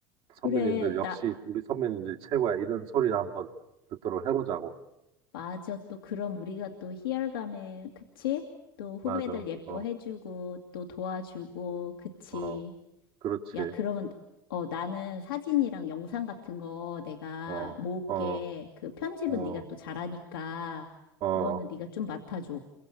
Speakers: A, on the right (about 50°); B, on the left (about 80°).
A: 선배님들
B: 그래,
A: 역시
B: 나,
A: 우리 선배님들이 최고야. 이런 소리를 한번 듣도록 해보자고.
B: 맞아. 또 그럼 우리가 또 희열감에, 그치? 또 후배들
A: 맞아.
B: 예뻐해주고,
A: 어,
B: 또 도와주고, 그치?
A: 어, 그렇지.
B: 야, 그러면, 어, 나는 사진이랑 영상 같은 거 내가
A: 어,
B: 모을게.
A: 어,
B: 그 편집은
A: 어,
B: 네가 또 잘하니까,
A: 어.
B: 그거는 네가 좀 맡아줘.